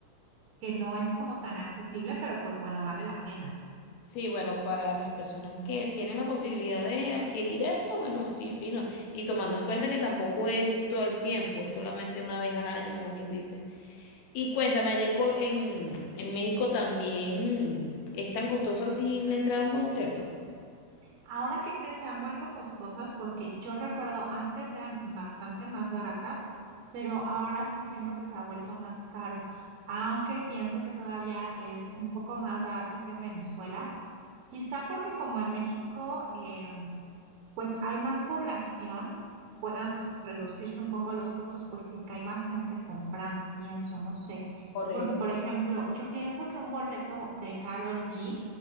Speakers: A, on the right (about 70°); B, on the left (about 70°).
A: que no es como tan accesible, pero pues bueno, vale la pena.
B: Sí, bueno, para las personas que tienen la posibilidad de adquirir esto, bueno, sí, fino. Y tomando en cuenta que tampoco es todo el tiempo, es solamente una vez al año, como quien dice. Y cuéntame, allá en, Co- en, en México también es tan costoso así la entrada a un concierto.
A: Ahora que cre- se han vuelto costosas, porque yo recuerdo antes eran bastante más baratas, pero ahora sí siento que se ha vuelto más caro. Aunque pienso que todavía es un poco más barato que en Venezuela, quizá porque como en México em, pues hay más población, puedan reducirse un poco los costos, pues porque hay más gente comprando, pienso, no sé.
B: Correcto.
A: Porque, por ejemplo, yo pienso que un boleto de Carol G,